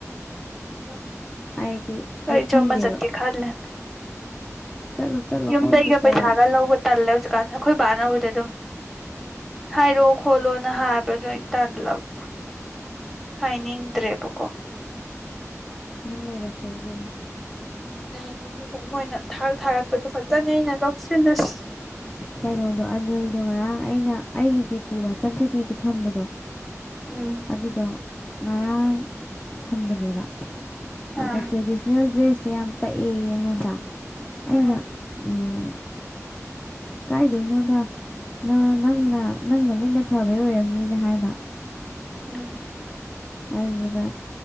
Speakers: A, in the centre; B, on the left.
A: ꯎꯝ
B: ꯑꯩꯗꯤ ꯑꯩ
A: ꯑꯩꯖꯨ
B: ꯈꯪꯗꯦꯕ
A: ꯑꯃꯆꯠꯀꯦ ꯈꯥꯂꯤꯅꯦ <inaudible>
B: ꯆꯠꯂꯣ ꯆꯠꯂꯣ
A: ꯌꯨꯃꯗꯩꯩꯒ
B: ꯍꯣꯝ ꯇ꯭ꯌꯨꯇꯔ
A: ꯄꯩꯁꯒ ꯂꯧꯕ ꯇꯜꯂꯦ ꯍꯧꯖꯤꯛꯀꯟ ꯑꯩꯈꯣꯏ ꯕꯥꯅꯕꯨꯗꯤ ꯑꯗꯨꯝ ꯍꯥꯏꯔꯣ ꯈꯣꯠꯂꯣꯅ ꯍꯥꯏꯕꯗꯣ ꯑꯩ ꯇꯜꯂꯕ ꯍꯅꯤꯡꯗ꯭ꯔꯦꯕꯀꯣ
B: ꯑꯍꯟ ꯑꯣꯏꯔꯛꯄꯩꯅꯦ
A: ꯉꯕ <unintelligible> ꯃꯇꯝ ꯃꯣꯏꯅ ꯊꯥꯔꯛ ꯊꯥꯔꯛꯄꯗꯨ ꯈꯛꯇꯅꯦ ꯑꯩꯅ ꯂꯧꯁꯤꯜꯂꯁꯤ
B: ꯀꯩꯅꯣꯗꯣ ꯑꯅꯤꯜꯗꯣ ꯉꯔꯥꯡ ꯑꯩꯅ ꯑꯩꯒꯤ ꯗꯤ ꯄꯤ ꯋꯥꯆꯞ ꯗꯤ ꯄꯤꯗꯨ ꯊꯝꯕꯗꯣ
A: ꯎꯝ
B: ꯑꯗꯨꯗꯣ ꯉꯔꯥꯡ ꯊꯝꯕꯅꯦꯕ ꯑꯗ
A: ꯑꯥ
B: ꯇ꯭ꯔꯦꯗꯤꯁꯅꯦꯜ ꯗ꯭ꯔꯦꯁꯁꯦ ꯌꯥꯝ ꯄꯛꯑꯦꯌꯦ ꯑꯩꯉꯣꯟꯗ ꯑꯩꯅ
A: ꯎꯝ
B: ꯎꯝ ꯀꯥꯏꯗꯩꯅꯣꯗ ꯅ ꯅꯪꯅ ꯅꯪ ꯅꯃꯤꯠꯅ ꯐꯕꯩ ꯑꯣꯏꯔꯝꯅꯤꯅ ꯍꯥꯏꯕ
A: ꯎꯝ
B: ꯑꯗꯨꯗꯨꯒ